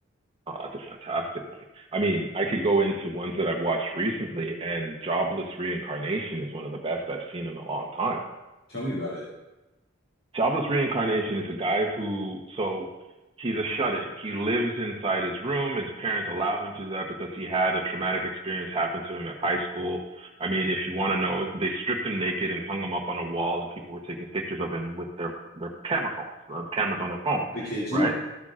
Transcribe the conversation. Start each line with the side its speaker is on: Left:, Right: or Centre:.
Right: oh, that's a fantastic one. I mean, I could go into ones that I've watched recently, and Jobless Reincarnation is one of the best I've seen in a long time.
Left: Tell me about it.
Right: Jabba's reincarnation is a guy who, so he's a shut-in. He lives inside his room. His parents allow him to do that because he had a traumatic experience happen to him at high school. I mean, if you want to know, they stripped him naked and hung him up on a wall, and people were taking pictures of him with their their camera phones, uh, cameras on their phone,
Left: The kids were
Right: right?